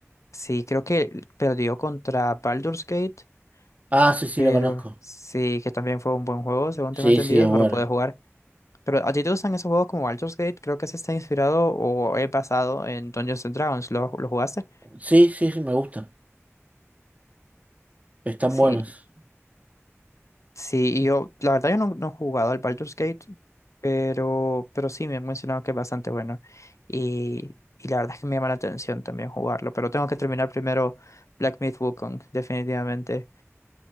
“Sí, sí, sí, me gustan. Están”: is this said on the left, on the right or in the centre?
Right